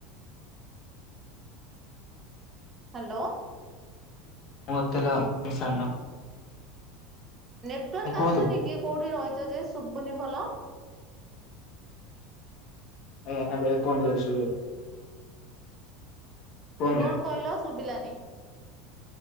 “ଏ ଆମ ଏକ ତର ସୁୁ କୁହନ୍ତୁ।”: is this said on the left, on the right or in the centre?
Left